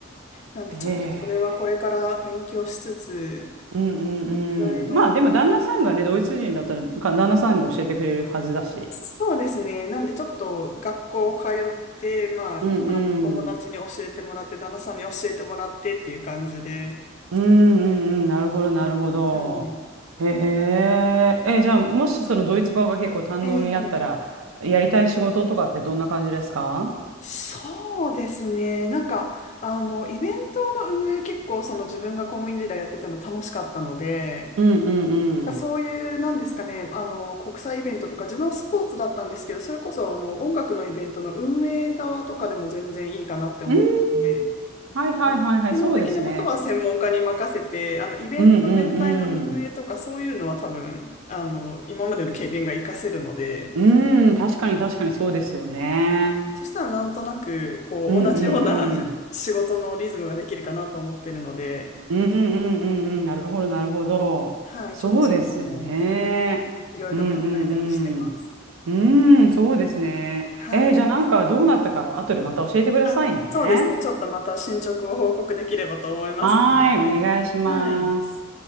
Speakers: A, on the left; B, on the right.
A: なんでちょっとそれはこれから勉強しつつ、
B: い。へえ。うんう
A: いろいろ。
B: んうん。まあでも旦那さんがね、ドイツ人だったら、か旦那さんが教えてくれるはずだし。
A: そうですね。なんでちょっと学校通って、まあ、
B: うん
A: あの友達に教えてもらって、
B: うん。
A: 旦那さんに教えてもらってっていう感じで。
B: うんうんうん。なるほどなるほど。
A: はい。
B: へえ。え、じゃあもしそのドイツ語が結構堪能になったら、
A: ええ
B: やりたい仕事とかってどんな感じですか
A: そうですね。なんか、あの、イベントの運営結構その自分が公務員時代やってたの楽しかったので、
B: うんうんうん。
A: そういう、なんですかね、あの、国際イベントとか、自分はスポーツだったんですけど、それこそ、あの、音楽のイベントの運営側とかでも全然いいかなって思っていて、
B: うーん。はいはいはいはい。
A: あの、専門的なことは専門家に任せて、
B: そうですね。
A: あの、イベント全体の運営とか、
B: うんうんうん。
A: そういうのは多分、あの、今までの経験が活かせるので、
B: うん。確かに確かにそうですよね。
A: そしたらなんとなく、こう、
B: うんうんうん。
A: 同じような <laughs> 仕事のリズムができるかなと思ってるので、
B: うんうんうんうんうん、なるほど、なるほど。
A: はい、
B: そうですね。
A: ちょっとその、はい、いろいろ考えたりしてます。
B: うんうんうん。うん、そうですね。
A: はい。
B: えーじゃあなんかどうなったか、後でまた教えてくださいね。
A: あ、そうですね。ちょっとまた進捗を報告できればと思いますので。
B: はーい、お願いします。
A: はい。